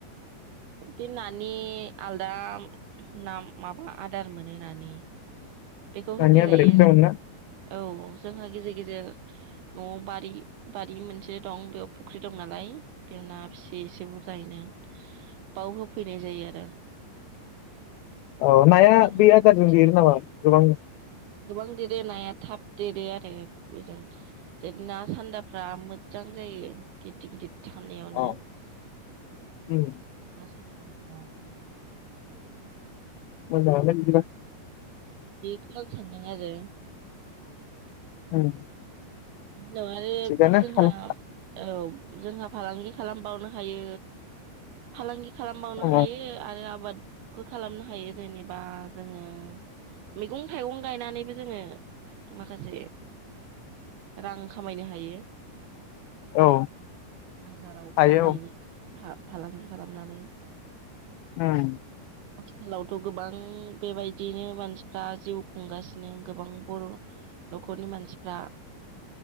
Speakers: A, on the right (about 75°); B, on the left (about 85°).
A: बे नानि आलदा ना माबा आदार मोनो नानि। बेखौ होफैजायो
B: दानिया बेलेग जामोन ना
A: औ जोंहा गेजेर गेजेर न'आव बा दायो बारि मोनसे दं बेयाव फु फुख्रि दं नालाय बेयाव ना फिसियो एसे बुरजायैनो बाव होफैनाय जायो आरो
B: औ नाया
A: आं नामखौ
B: बे आदारजों
A: मिथि
B: देरो नामा? गोबां
A: गोबां देरो नाया थाब देरो आरो बेजों जे ना सान्दाफ्रा मोजां जायो गिदिर गिदिर थानायावनो
B: अ
A: <inaudible>
B: उम
A: ना सानगाफ्रा
B: मोजाङानो बिदिबा
A: बेखौनो सानदों आरो
B: उम
A: बिदिनङालै
B: थिगानो
A: जोंहा
B: खालाम
A: औ जोंहा फालांगि खालामबावनो हायो फालांगि खालामबावनो
B: औ
A: हायो आरो आबाद खालामनो हायो जेनेबा जोङो मैगं थाइगं गायनानैबो जोङो माखासे रां खामायनो हायो
B: औ
A: <inaudible> हाजाराव
B: हायो
A: फाननाय फालांगि खालामनानै
B: उम
A: आथिखालावथ' गोबां बेबायदियैनो मानसिफ्रा जिउ खुंगासिनो गोबां बर' नखरनि मानसिफ्रा